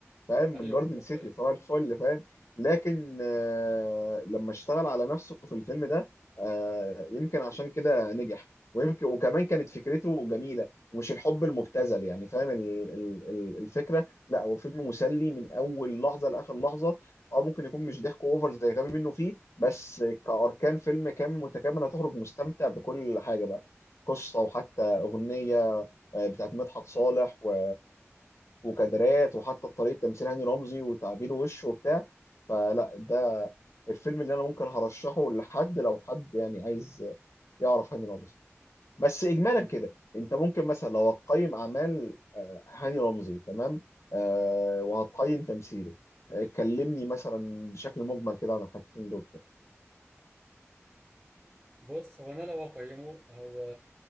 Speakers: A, on the left; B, on the right.
A: فاهم
B: ايوه
A: من جاردن
B: بالظبط
A: سيتي
B: ايوه
A: صباح الفل فاهم لكن آه لما اشتغل على نفسه في الفيلم ده آه يمكن عشان كده نجح ويمكن وكمان كانت فكرته جميلة ومش الحب المبتذل يعني فاهم ال- ال- ال- الفكرة لا هو فيلم مسلي من أول لحظة لآخر لحظة أو ممكن يكون مش ضحك أوفر زي غبي منه فيه بس كأركان فيلم كامل متكامل هتخرج مستمتع بكل حاجة بقى قصة وحتى أغنية آه، بتاعت مدحت صالح و وكادرات وحتى طريقه تمثيل هاني رمزي وتعابير وشه وبتاع فلا ده الفيلم اللي انا ممكن هرشحه لحد لو حد يعني عايز يعرف هاني رمزي بس اجمالا
B: جدا
A: كده انت ممكن مثلا لو هتقيم اعمال آه، هاني رمزي تمام آه، وهتقيم تمثيله آه، كلمني مثلا بشكل مجمل كده عن الحاجتين دول كده
B: بص هو انا لو اقيمه هو